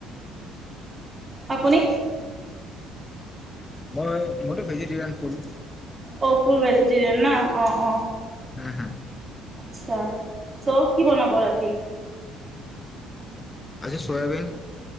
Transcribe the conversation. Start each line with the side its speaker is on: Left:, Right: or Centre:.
Right: আপুনি?
Left: মই মইতো ভেজিটেৰিয়ান ফুুল।
Right: অ ফুল ভেজিটেৰিয়ান না অ অ
Left: উম হম
Right: আ্ছা চ' কি বনাব ৰাতি?
Left: আজি চয়াবিন।